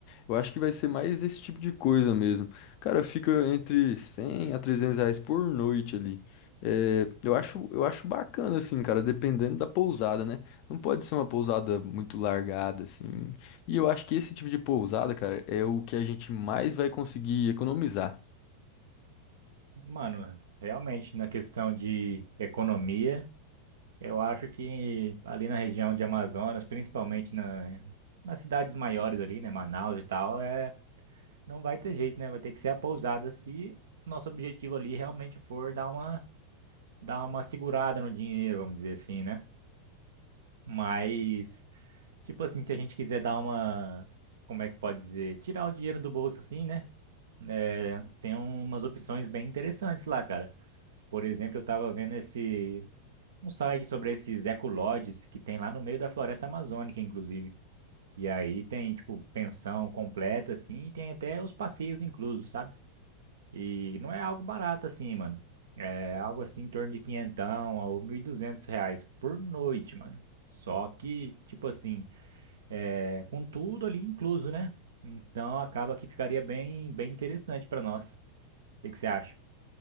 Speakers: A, on the left (about 45°); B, on the right (about 60°).
A: eu acho que vai ser mais esse tipo de coisa mesmo. Cara, fica entre 100 a 300 reais por noite ali. É, eu acho, eu acho bacana, assim, cara, dependendo da pousada, né? Não pode ser uma pousada muito largada, assim. E eu acho que esse tipo de pousada, cara, é o que a gente mais vai conseguir economizar.
B: Mano, realmente, na questão de economia, eu acho que ali na região de Amazonas, principalmente na, nas cidades maiores ali, né? Manaus e tal, é, não vai ter jeito, né? Vai ter que ser a pousada se nosso objetivo ali realmente for dar uma dar uma segurada no dinheiro, vamos dizer assim, né? Mas, tipo assim, se a gente quiser dar uma, como é que pode dizer? Tirar o dinheiro do bolso assim, né? É, tem umas opções bem interessantes lá, cara. Por exemplo, eu tava vendo esse, um site sobre esses ecolodges que tem lá no meio da floresta amazônica, inclusive. E aí tem, tipo, pensão completa, assim, e tem até os passeios inclusos, sabe? E não é algo barato assim, mano. É algo assim em torno de quinhentão ou mil e duzentos reais por noite, mano. Só que, tipo assim, é, com tudo ali incluso, né? Então acaba que ficaria bem, bem interessante pra nós. O que que você acha?